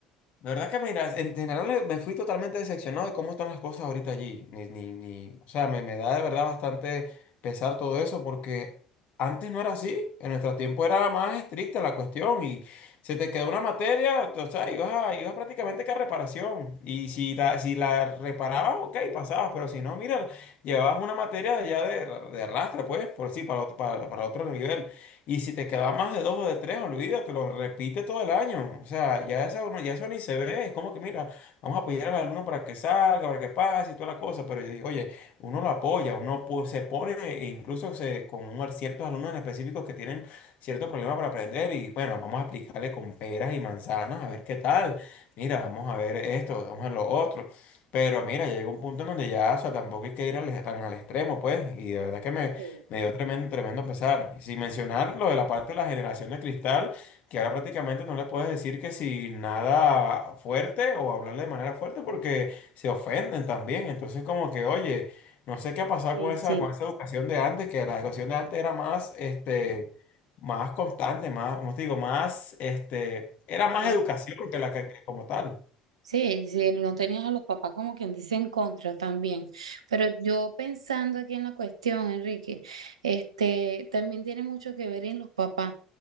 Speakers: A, on the left; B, on the right.
A: De verdad que mira, en general eh, me fui totalmente decepcionado de cómo están las cosas ahorita allí. Ni, ni, ni, o sea, me, me da de verdad bastante pesar todo eso porque antes no era así. En nuestro tiempo era más estricta la cuestión y se te quedó una materia, o sea, ibas, a- ibas prácticamente que a reparación. Y si la, si la reparabas, ok, pasabas, pero si no, mira, llevabas una materia de ya de, de rastra, pues, por así, para, otro- para, para otro nivel. Y si te queda más de dos o de tres, olvídate, lo repite todo el año. O sea, ya eso, no- ya eso ni se ve. Es como que, mira, vamos a apoyar al alumno para que salga, para que pase y toda la cosa. Pero yo digo, oye, uno lo apoya, uno pu- se pone, e incluso se, con un- ciertos alumnos en específicos que tienen cierto problema para aprender. Y bueno, vamos a aplicarle con peras y manzanas, a ver qué tal. Mira, vamos a ver esto, vamos a ver lo otro. Pero mira, ya llegó un punto en donde ya, o sea, tampoco hay que ir al- tan al extremo, pues. Y de verdad que me
B: Sí,
A: me dio tremendo, tremendo pesar. Y Sin mencionar lo de la parte de la generación de cristal, que ahora prácticamente no le puedes decir que si nada fuerte o hablarle de manera fuerte porque se ofenden también. Entonces como que, oye, no sé qué ha pasado
B: sí,
A: con esa,
B: sí,
A: con esa educación de antes, que la educación de antes era más, este, más constante, más, como te digo, más, este, era más
B: como-
A: educación que la que, que como tal.
B: Sí, sí, no tenías a los papás como quien dice en contra también. Pero yo pensando aquí en la cuestión, Enrique, este, también tiene mucho que ver en los papás.